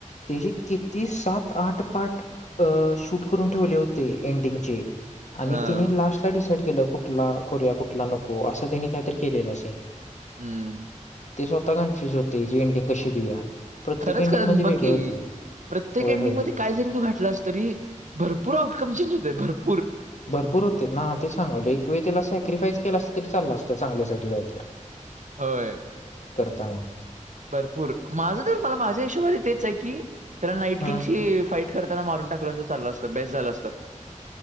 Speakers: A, on the left; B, on the right.
A: तेचे किती सात आठ पाठ अ शूट करून ठेवले होते एंडिंगचे
B: हां,
A: आणि तिने लास्टला िसाईड के कुठला करूया कुठला नको असं त्यांनी काहीतरी केलेला सेन
B: हम्म
A: ते स्वतः कन्फ्युज होते जी एंटिंग कशी देऊया प्रत्येक
B: खरंच
A: एंडिंग
B: खर
A: मध्ये
B: बाकी
A: वेगळं होतं
B: प्रत्येक
A: होय
B: एंडिंगमध्येध्ये
A: होय
B: काय जरी तू घाटला अस तरी भरपूर आउटकम चेंज होतय भरपूर
A: भरपूर होते ना ते सांगवलं एक वेळी त्याला सॅक्रिफाईस केलं असत तरी चाललं असतं चांगल्यासाठी काहीत तर
B: होय
A: ताना
B: भरपूर माझं तर मला माझ्या हिशोबाने तेच आहे की त्याला नाईट
A: हम्म
B: किंगची फाईट करताना मारून टाकलं अस चाललं असतं बेस्ट झालं असतं